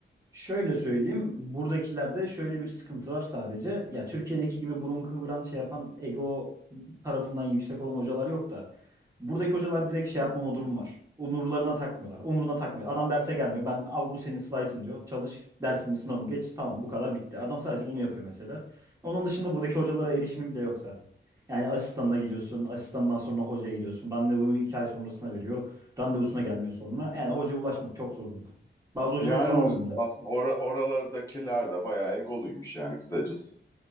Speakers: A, on the right; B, on the left.
A: Şöyle söyleyeyim, buradakilerde şöyle bir sıkıntı var sadece. Ya Türkiye'deki gibi burun kıvıran şey yapan ego tarafından yüksek olan hocalar yok da. Buradaki hocalar direkt şey yapmama durum var. Umurlarına takmıyorlar. Umuruna takmıyor. Adam derse gelmiyor. Ben al bu senin slaytın diyor. Çalış dersimi sınavımı geç. Tamam bu kadar bitti. Adam sadece bunu yapıyor mesela. Onun dışında buradaki hocalara erişimin bile yok zaten. Yani asistanına gidiyorsun. Asistanından sonra hocaya gidiyorsun. Randevu iki ay sonrasına veriyor. Randevusuna gelmiyor sonra. Yani hocaya ulaşmak çok zor burada. Bazı hocaları
B: Yani
A: tanımıyorum
B: o,
A: bile.
B: aslında or oralardakiler de bayağı egoluymuş yani kısacası.